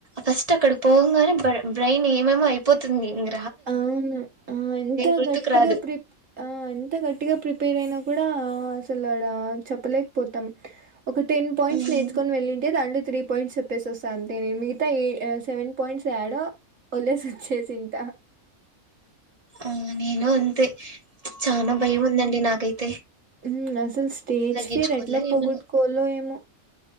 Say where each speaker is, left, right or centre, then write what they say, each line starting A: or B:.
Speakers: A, on the right; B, on the right.
A: ఫస్ట్ అక్కడికి పోవంగానే బ్రెయిన్ ఏమేమో అయిపోతుంది ఇంగ
B: అవును ఆ ఎంత
A: గుర్తుకు
B: గట్టిగా
A: రాదు
B: ప్రిప్ ఆ ఎంత గట్టిగా ప్రిప్ పేరయినా కూడా అసలు ఆడ చెప్పలేకపోతాం. ఒక టెన్ పాయింట్స్
A: ఉమ్,
B: నేర్చుకొని వెళ్ళింటే దాంట్లో త్రీ ప పయింట్స్ చెప్పేసి వస్తా అంతే నేను మిగి తా ఏ అ సెవెన్ పాయింట్స్ త్యాడో. వదిలేసి వచ్చేసింటా.
A: ఆహ్ నేను అంతే. చానా భయం ఉందండి నాకైతే
B: ఉమ్ అసలు స్టేజ్
A: తగ్గించుకోలే
B: ఫియర్ ఎట్లా పొగొట్టుకోవాలో
A: ఏమైనా
B: ఏమో.